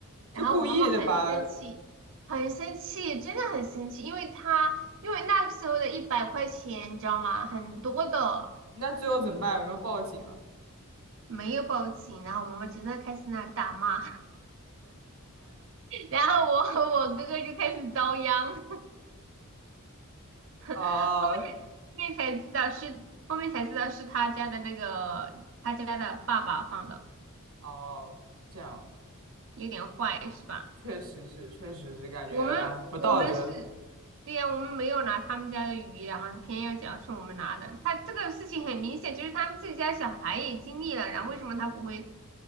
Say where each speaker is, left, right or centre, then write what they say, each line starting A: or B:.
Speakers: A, on the right; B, on the right.
A: 然后我妈妈很生气，
B: 这故意的吧？
A: 很生气，真的很生气，因为她因为那个时候的一百块钱，你知道吗？很多的
B: 那最后怎么办？有没有报警啊？
A: 没有报警，然后我妈妈就在开始那大骂，<laughs> 然后我和我哥哥就开始遭殃，
B: 啊
A: <laughs> 后面后面才知道是后面才知道是他家的那个他家的爸爸放的，
B: 哦，这样
A: 有点坏是吧？
B: 确实是，确实是感觉哎不道德，
A: 我们我们是，对呀，我们没有拿他们家的鱼，然后他偏要讲是我们拿的。他这个事情很明显，就是他们自己家小孩也经历了，然后为什么他不会